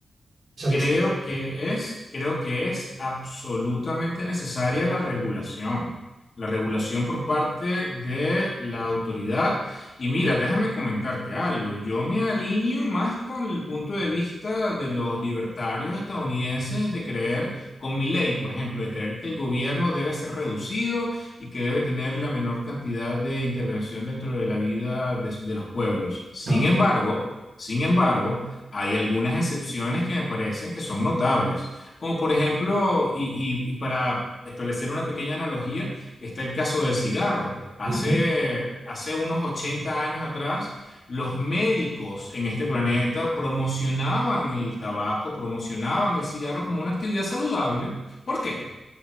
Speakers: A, on the right; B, on the left.
A: esa
B: Creo
A: cuestión?
B: que es, creo que es absolutamente necesaria la regulación, la regulación por parte de la autoridad. Y mira, déjame comentarte algo. Yo me alineo más con el punto de vista de los libertarios estadounidenses de creer, con mi ley, por ejemplo, de creer que el gobierno debe ser reducido y que debe tener la menor cantidad de intervención dentro de la vida de de los pueblos. Sin
A: Ah,
B: embargo, sin embargo, hay algunas excepciones que me parecen que son notables, como por ejemplo, y, y- y para establecer una pequeña analogía, está el caso del cigarro. Hace,
A: ujú,
B: hace unos 80 años atrás, los médicos en este planeta promocionaban el tabaco, promocionaban el cigarro como una actividad saludable. ¿Por qué?